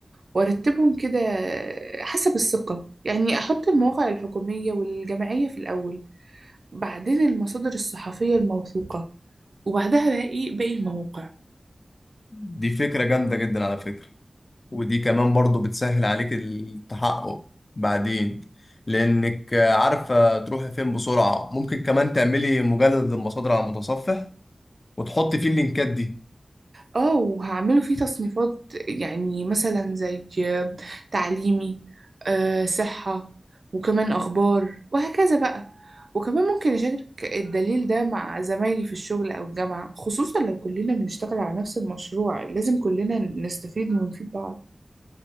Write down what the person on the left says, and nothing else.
دي فكرة جامدة جدا على فكرة ودي كمان برضو بتسهل عليك التحقق بعدين لأنك عارفة تروحي فين بسرعة ممكن كمان تعملي مجلد للمصادر على المتصفح وتحطي فيه اللينكات دي